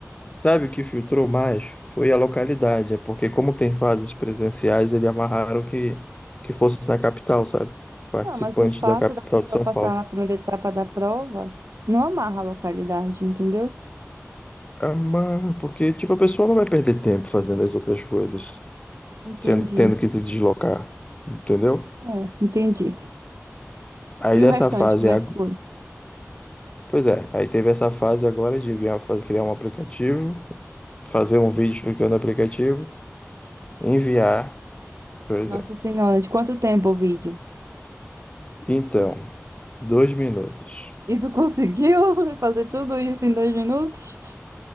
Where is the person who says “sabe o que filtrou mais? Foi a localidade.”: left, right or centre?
Left